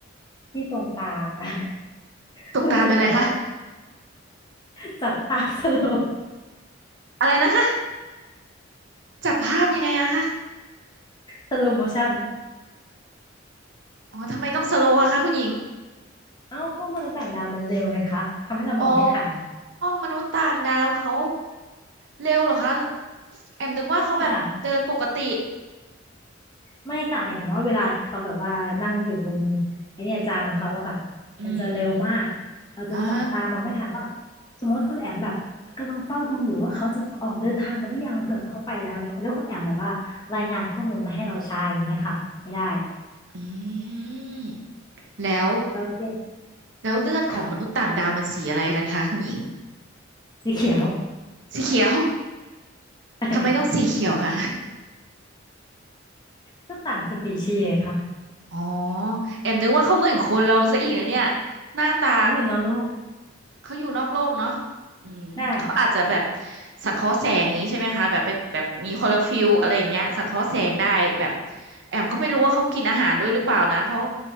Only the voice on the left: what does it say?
ที่ตรงตาค่ะ <laughs>
มันจะแบบว่า <laughs> จับภาพสโล
สโลโมชัน
เอ้าก็มนุษย์ต่างดาวมันเร็วไหมคะทำให้เรามองไม่ทัน
ไม่ค่ะไม่ค่ะหมายถึงว่าเวลาที่เขาแบบว่านั่งอยู่บนไอเนี่ยจานของเขาอะค่ะ
มันจะเร็วมากเราจะจับตามองไม่ทันว่า
สมมติคุณแอมแบบกำลังเฝ้าดูอยู่ว่าเขาจะออกเดินทางกันหรือยังเผื่อเขาไปแล้วเนี่ยแล้วคุณแอมแบบว่ารายงานข้อมูลมาให้เราใช้อย่างเงี้ยค่ะไม่ได้
เราเตรียม
ค่ะสีเขียว
<laughs>
ก็ต่างสปีชีส์ไงค่ะ
เราอยู่นอกโลก
ได้